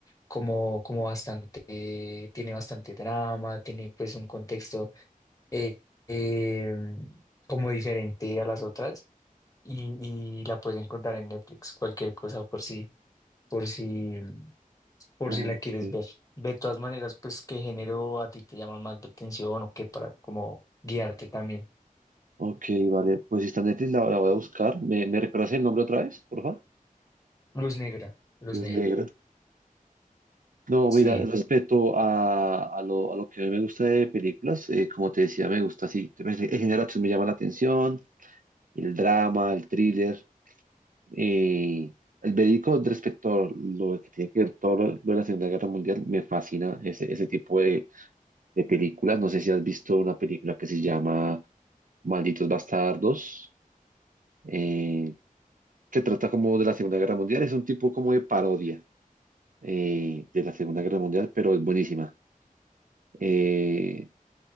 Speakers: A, on the left; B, on the right.
A: como, como bastante, tiene bastante drama, tiene pues un contexto eh, eh, como diferente a las otras y, y la puedes encontrar en Netflix, cualquier cosa por si, por si. por
B: Ok.
A: si la quieres ver. De todas maneras, pues, ¿qué género a ti te llama más la atención o qué para como guiarte también?
B: Ok, vale. Pues si está en Netflix, la, la voy a buscar. ¿Me, me recuerdas el nombre otra vez, por favor?
A: Luz negra, luz
B: Luz
A: negra.
B: Negra. Sí, No,
A: Sí.
B: mira, sí. respecto a, a lo, a lo que a mí me gusta de películas, eh, como te decía, me gusta así. pues, El género de acción me llama la atención, el drama, el thriller, eh, el verídico respecto a lo que tiene que ver todo lo, lo de la Segunda Guerra Mundial, me fascina ese, ese tipo de, de películas. No sé si has visto una película que se llama Malditos Bastardos. eh, que trata como de la Segunda Guerra Mundial. Es un tipo como de parodia eh, de la Segunda Guerra Mundial, pero es buenísima. Eh,